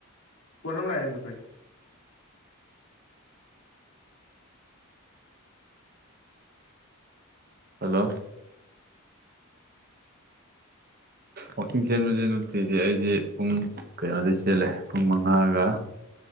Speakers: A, on the left; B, on the right.
A: ꯐꯣꯟ ꯑꯃ ꯂꯥꯛꯑꯦ ꯑꯝꯇ ꯄꯥꯏꯒꯦ꯫
B: ꯍꯜꯂꯣ ꯋꯥꯛꯀꯤꯡ ꯆꯦꯟꯕꯖꯦ ꯅꯨꯡꯇꯤꯒꯤ ꯑꯩꯗꯤ ꯄꯨꯡ ꯀꯩꯅꯣꯗꯩ ꯆꯦꯜꯂꯦ ꯄꯨꯡ ꯃꯉꯥꯒ